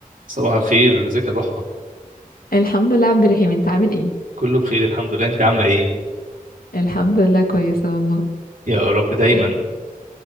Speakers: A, on the right; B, on the left.
A: صباح الخير ازيك يا ضحى
B: الحمد لله عبد الرحيم انت عامل ايه
A: كله بخير الحمد لله انت عامله ايه
B: الحمد لله كويسه والله
A: يا رب دايما
B: ايه